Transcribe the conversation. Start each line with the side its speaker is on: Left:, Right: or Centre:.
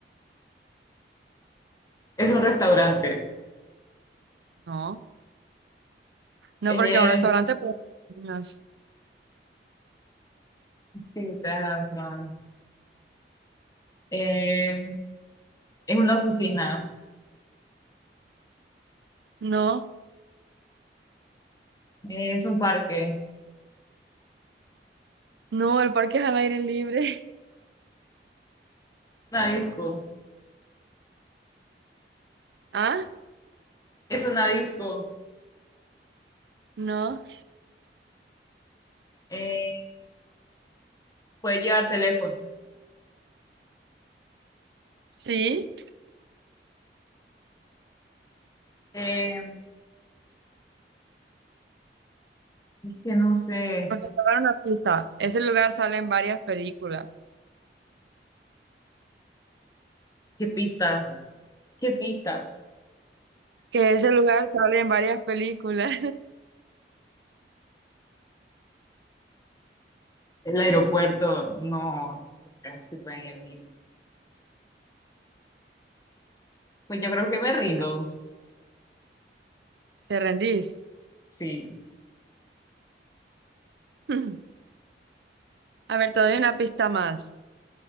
Left: Es un restaurante.
Right: No. No
Left: Eh,
Right: porque a un restaurante, pues, no,
Left: sí, tienes razón. Eh, es una oficina.
Right: no,
Left: Es un parque,
Right: no, el parque es al aire libre.
Left: una disco,
Right: <laughs> ¿Ah?
Left: es una disco.
Right: No.
Left: Eh, puedes llevar teléfono.
Right: Sí.
Left: Eh, es que no sé
Right: Porque te voy una pista. Ese lugar sale en varias películas.
Left: qué pista, qué pista.
Right: Que ese lugar sale en varias películas.
Left: El aeropuerto, no, se puede ir niño. Pues yo creo que me rindo.
Right: <laughs> ¿Te rendís?
Left: Sí,
Right: <clears throat> A ver, te doy una pista más.